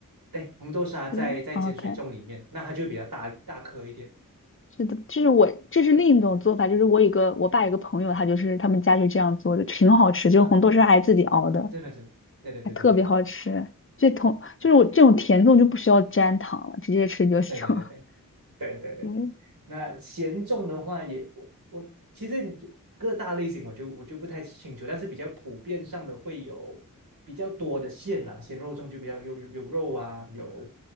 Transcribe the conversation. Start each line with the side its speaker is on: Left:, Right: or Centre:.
Right: 对，红豆沙在在碱水粽里面，
Left: 对，OK。
Right: 那它就比较大大颗一点
Left: 是的，这是我，这是另一种做法，就是我有个我爸有个朋友，他就是他们家就这样做的，挺好吃，就是红豆沙还自己熬的，
Right: 啊，真的真的，对对对对对，
Left: 还特别好吃。这同就是我这种甜粽就不需要沾糖了，
Right: 嗯，
Left: 直接吃就行。
Right: 对对对对
Left: <laughs>
Right: 对对对。
Left: 嗯，
Right: 那咸重的话也，我我其实你就各大类型我就我就不太清楚，但是比较普遍上的会有比较多的馅啦，咸肉粽就比较有有有肉啊，有